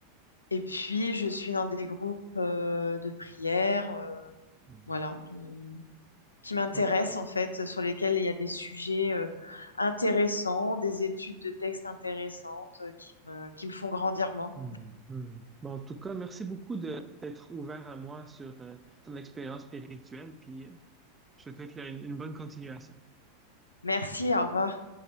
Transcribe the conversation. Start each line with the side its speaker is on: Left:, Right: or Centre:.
Left: Et puis, je suis dans des groupes euh, de prière, euh,
Right: Mhm.
Left: voilà, de- qui m'intéressent
Right: OK.
Left: en fait, sur lesquels il y a des sujets euh, intéressants, des études de textes intéressantes euh, qui me, qui me font grandir moi.
Right: Mhm. Mhm. Bon, en tout cas, merci beaucoup de t'être ouvert à moi sur euh, ton expérience spirituelle, puis euh, je te souhaite là, une une bonne continuation.
Left: Merci, au revoir.